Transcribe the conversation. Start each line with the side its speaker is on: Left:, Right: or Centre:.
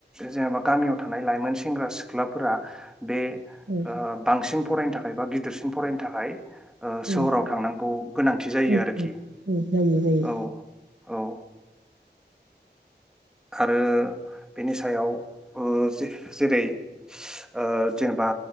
Centre: जेनेबा गामियाव थानाय लाइमोन सेंग्रा सिख्लाफोरा बे
Right: औ
Centre: ओ बांसिन फरायनो थाखाय बा गिदिरसिन फरायनो थाखाय ओ सोहोराव
Right: औ
Centre: थांनांगौ गोनांथि जायो
Right: औ
Centre: आरोखि
Right: औ जायो जायो
Centre: औ औ आरो बेनि सायाव ओ जे जेरै ओ जेनेबा